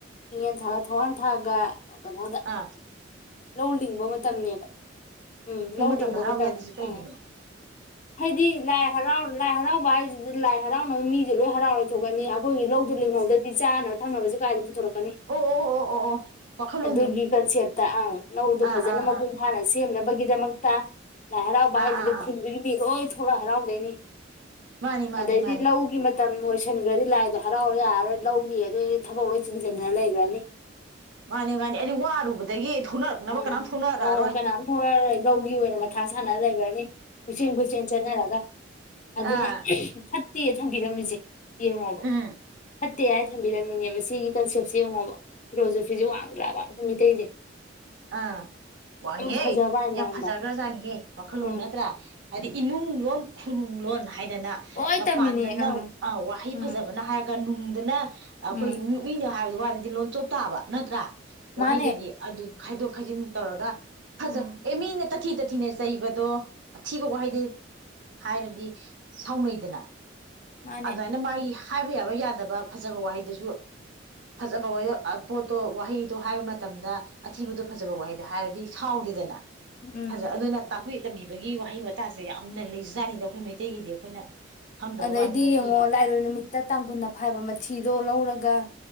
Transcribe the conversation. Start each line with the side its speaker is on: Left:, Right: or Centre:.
Left: ꯏꯉꯦꯟ ꯊꯥꯒ ꯊꯧꯋꯥꯟ ꯊꯥꯒ ꯀꯩꯅꯣꯗ
Right: ꯑꯥ
Left: ꯂꯧ ꯂꯤꯡꯕ ꯃꯇꯝꯅꯦꯕ ꯎꯝ
Right: ꯇꯝꯗ
Left: ꯂꯤꯡꯕ
Right: ꯍꯔꯥꯎꯕ
Left: ꯃꯇꯝ
Right: ꯌꯥꯗꯤꯖꯤ ꯀꯩꯒꯤꯅꯣ
Left: ꯎꯝ ꯍꯥꯏꯗꯤ ꯂꯥꯏ ꯍꯔꯥꯎ ꯂꯥꯏ ꯍꯔꯥꯎꯕ ꯍꯥꯏꯖꯤꯗꯤ ꯂꯥꯏ ꯍꯔꯥꯎꯅꯕ ꯃꯤꯖꯦ ꯂꯣꯏ ꯍꯔꯥꯎꯔ ꯂꯩꯊꯣꯛꯈꯥꯅꯤ ꯑꯈꯣꯏꯒꯤ ꯂꯧꯗꯨ ꯂꯤꯡꯍꯧꯗꯗꯤ ꯆꯥꯅ ꯊꯛꯅꯕꯖꯦ ꯀꯥꯏꯗ ꯄꯨꯊꯣꯔꯛ ꯀꯅꯤ
Right: ꯑꯣ ꯑꯣ ꯑꯣ ꯑꯣ ꯑꯣ ꯋꯥꯈꯜꯂꯣꯟꯗꯣ
Left: ꯑꯗꯨꯒꯤ ꯀꯟꯁꯦꯞꯇ ꯑꯪ ꯂꯧꯗꯣ
Right: ꯑꯥ
Left: ꯐꯖꯅ
Right: ꯑꯥ
Left: ꯃꯄꯨꯡ
Right: ꯑꯥ
Left: ꯐꯥꯅ ꯁꯦ ꯁꯦꯝꯅꯕꯒꯤꯗꯃꯛ ꯇꯥ ꯂꯥꯏꯍꯥꯔꯥꯎꯕ
Right: ꯑꯥ
Left: ꯍꯥꯏꯖꯤꯗꯤ
Right: ꯑꯥ ꯑꯥ
Left: ꯈꯨꯟꯗꯨꯒꯤ ꯃꯤꯂꯣꯏ ꯊꯣꯛ ꯊꯣꯛꯂꯍꯔꯥꯎꯗꯅꯤ
Right: ꯃꯥꯅꯤ ꯃꯥꯅꯤ
Left: ꯑꯗꯩꯗꯤ
Right: ꯃꯥꯅꯤ
Left: ꯂꯧꯒꯤ ꯃꯇꯝ ꯂꯣꯏꯁꯟꯒꯔꯥꯗꯤ ꯂꯥꯏꯗꯣ ꯍꯔꯥꯎ ꯌꯥꯔꯣꯏ ꯂꯧꯒꯤ ꯑꯗꯨ ꯊꯕꯛ ꯂꯣꯏ ꯆꯤꯟꯖꯟꯅ ꯂꯩꯒꯔꯥꯅꯤ
Right: ꯃꯥꯅꯤ ꯃꯥꯅꯤ ꯑꯗꯨ ꯋꯥꯔꯨꯕꯗꯒꯤ ꯊꯣꯛꯅꯔꯛꯅꯕ
Left: ꯑꯪ
Right: ꯀꯅꯥꯝ ꯊꯧꯅꯔꯔꯛꯑꯔꯣꯏ
Left: ꯍꯣ ꯀꯅꯥꯝ ꯊꯣꯛꯂꯛꯑꯔꯣꯏ ꯂꯧꯒꯤ ꯑꯣꯏꯅ ꯃꯊꯥ ꯁꯥꯟꯅ ꯂꯩꯒꯔꯥꯅꯤ ꯀꯨꯏꯆꯦꯟ ꯀꯨꯏꯆꯦꯟ ꯆꯠꯟꯅꯔꯒ ꯑꯗꯨꯅ
Right: ꯑꯥ
Left: ꯐꯠꯇꯦ ꯊꯝꯕꯤꯔꯝꯃꯤꯖꯦ ꯌꯦꯡꯉꯣꯕ
Right: ꯎꯝ
Left: ꯐꯠꯇꯦ ꯍꯥꯏ ꯊꯝꯕꯤꯔꯝꯃꯤꯅꯦꯕ ꯁꯤꯒꯤ ꯀꯟꯁꯦꯞꯁꯦ ꯌꯦꯡꯉꯣꯕ ꯐꯤꯂꯣꯁꯣꯐꯤꯖꯦ ꯋꯥꯡꯗ꯭ꯔꯥꯕ ꯃꯤꯇꯩꯩꯖꯦ
Right: ꯑ ꯋꯥꯡꯉꯤꯍꯦ
Left: ꯐꯖꯕ ꯍꯥꯏꯅ
Right: ꯌꯥꯝ
Left: ꯈꯪꯕ꯭ꯔꯥ
Right: ꯐꯖ ꯖꯒ꯭ꯔ ꯖꯥꯅꯤꯍꯦ ꯋꯥꯈꯜꯂꯣꯟ
Left: ꯎꯝ
Right: ꯅꯠꯇ꯭ꯔꯥ ꯍꯥꯏꯗꯤ ꯏꯅꯨꯡ ꯂꯣꯟ ꯈꯨꯅꯨꯡ ꯂꯣꯟ ꯍꯥꯏꯗꯅ
Left: ꯂꯣꯏ
Right: ꯃꯄꯥꯟꯗꯅ
Left: ꯇꯝꯃꯤꯅꯦ ꯑꯪ
Right: ꯋꯥꯍꯩ
Left: ꯎꯝ
Right: ꯐꯖꯕꯅ ꯍꯥꯏꯔꯒ ꯅꯨꯡꯗꯅ ꯑꯩꯈꯣꯏꯒꯤ
Left: ꯎꯝ
Right: ꯃꯤꯅ ꯍꯥꯏꯕꯗꯤ ꯋꯥꯗꯗꯤ ꯂꯣꯟ ꯆꯣꯞꯇꯥꯥꯕ ꯅꯠꯇ꯭ꯔꯥ ꯋꯥꯍꯩꯗꯗꯤ
Left: ꯃꯥꯅꯦ
Right: ꯑꯗꯨ ꯈꯥꯏꯗꯣꯛ ꯈꯥꯏꯖꯤꯟ ꯇꯧꯔꯒ ꯍꯖ
Left: ꯎꯝ
Right: ꯑꯦꯃꯤꯅꯦ ꯇꯥꯊꯤ ꯇꯥꯊꯤꯅ ꯆꯩꯕꯗꯣ ꯑꯊꯤꯕ ꯋꯥꯍꯩꯗꯤ ꯍꯥꯏꯔꯗꯤ ꯁꯥꯎꯅꯩꯗꯅ
Left: ꯃꯥꯅꯦ
Right: ꯑꯗꯨꯃꯥꯏꯅ ꯃꯥꯒꯤ ꯍꯥꯏꯕ ꯌꯥꯕ ꯌꯥꯦ ꯌꯥꯗꯕ ꯐꯖꯕ ꯋꯥꯍꯩꯗꯨꯁꯨ ꯐꯖꯕ ꯋꯥꯍꯩ ꯄꯣꯠꯇꯣ ꯋꯥꯍꯩꯗꯣ ꯍꯥꯏꯕ ꯃꯇꯝꯗ ꯑꯊꯤꯕꯗꯣ ꯐꯖꯕ ꯋꯥꯍꯩꯗ ꯍꯥꯏꯔꯗꯤ ꯁꯥꯎꯗꯦꯗꯅ
Left: ꯎꯝ
Right: ꯐꯖꯩ ꯑꯗꯨꯅ ꯇꯥꯛꯄꯤ ꯇꯝꯕꯤꯕꯒꯤ ꯋꯥꯍꯩ ꯋꯥꯇꯥꯁꯦ ꯌꯥꯝꯅ ꯂꯩꯖꯥꯠꯅꯤꯗ ꯑꯩꯈꯣꯏ ꯃꯩꯇꯩꯒꯤꯗꯤ ꯑꯩꯈꯣꯏꯅ ꯈꯪꯗꯕ
Left: ꯑꯗꯩꯗꯤ
Right: ꯋꯥꯅꯤ ꯑꯩꯈꯣꯏꯒꯤ
Left: ꯌꯦꯡꯉꯣ ꯂꯥꯏꯔꯣꯏ ꯅꯨꯃꯤꯠꯇ ꯇꯥꯡꯈꯨꯜꯅ ꯐꯥꯏꯕ ꯃꯊꯤꯗꯣ ꯂꯧꯔꯒ